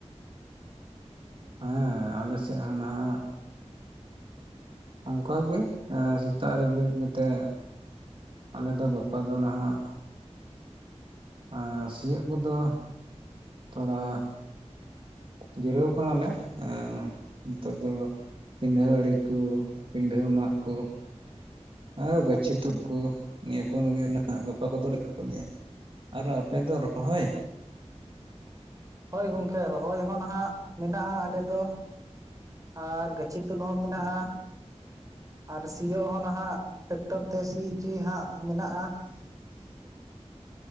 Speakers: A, on the right; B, on the right.
A: ᱦᱮᱸ ᱟᱞᱮ ᱥᱮᱫ ᱦᱚᱸ ᱱᱟᱦᱟᱜ ᱚᱱᱠᱟ ᱜᱮ ᱥᱮᱛᱟᱼᱜ ᱨᱮ ᱵᱮᱨᱮᱫ ᱠᱟᱛᱮᱼᱜ ᱟᱼᱞᱮ ᱫᱚ ᱜᱟᱯᱟ ᱫᱚ ᱱᱟᱦᱟᱼᱜ ᱟᱨ ᱥᱤᱭᱳᱜ ᱠᱚᱹᱫᱚ ᱛᱷᱚᱹᱲᱟ ᱡᱤᱨᱟᱹᱣ ᱠᱟᱱᱟ ᱞᱮ ᱦᱮᱸ ᱱᱤᱛᱚᱜ ᱫᱚ ᱯᱤᱰᱷᱟᱹ ᱟᱼᱲᱤᱠ ᱠᱚ ᱯᱤᱰᱷᱟᱹ ᱢᱟᱜ ᱠᱚ ᱦᱟ ᱜᱟᱹᱪᱷᱤ ᱛᱩᱫ ᱠᱚ ᱱᱤᱭᱟᱹ ᱠᱚᱹᱱ ᱜᱮ ᱦᱚᱸ ᱜᱟᱯᱟ ᱠᱚ ᱫᱚᱹᱞᱮ ᱠᱟᱹᱢᱤᱭᱟᱹ ᱟᱨ ᱟᱯᱮᱹ ᱫᱚ ᱨᱚᱦᱚᱭ
B: ᱦᱳᱭ ᱜᱚᱝᱠᱮ ᱨᱚᱦᱚᱭ ᱦᱚᱸ ᱱᱟᱦᱟᱜ ᱢᱮᱱᱟᱜᱼᱟ ᱟᱞᱮ ᱫᱚ ᱟᱨ ᱜᱟᱹᱪᱷᱤ ᱛᱩᱫ ᱦᱚᱸ ᱢᱮᱱᱟᱜᱼᱟ ᱟᱨ ᱥᱤᱭᱳᱜ ᱦᱚᱸ ᱱᱟᱦᱟᱜ ᱴᱮᱠᱴᱚᱨ ᱛᱮ ᱥᱤ ᱚᱪᱚᱭ ᱦᱟᱸᱜ ᱢᱮᱱᱟᱜᱼᱟ